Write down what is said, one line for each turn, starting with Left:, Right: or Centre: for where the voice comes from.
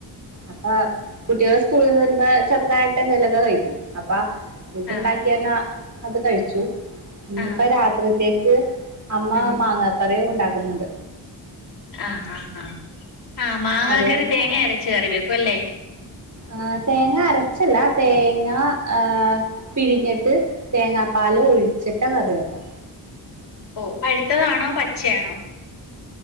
Right: അപ്പൊ കുട്ടികള് സ്കൂളിന്ന് വരുമ്പോ ചെറുതായിട്ട് എന്തേലൊക്കെ കഴിക്കും അപ്പ ഇത്ണ്ടാക്കിയന്ന
Left: ആ
Right: അത് കഴിച്ചു, ഇനിയിപ്പ
Left: ആഹ്
Right: രാത്രിത്തേക്ക് അമ്മ
Left: ഉം
Right: മാങ്ങക്കറിയുംണ്ടാക്കുന്ന്ണ്ട്.
Left: ആഹ് ആ ആ ആ മാങ്ങക്കറി
Right: അവിടെയോ
Left: തേങ്ങയരച്ച് കറിവെക്കുവല്ലേ.
Right: ആഹ് തേങ്ങ അരച്ചല്ല തേങ്ങ ആ പിഴിഞ്ഞിട്ട് തേങ്ങാപ്പ പാലോ ഒഴിച്ചിട്ടാ കറിവെക്കാ.
Left: ഓഹ് പഴുത്തതാണോ പചേണോ?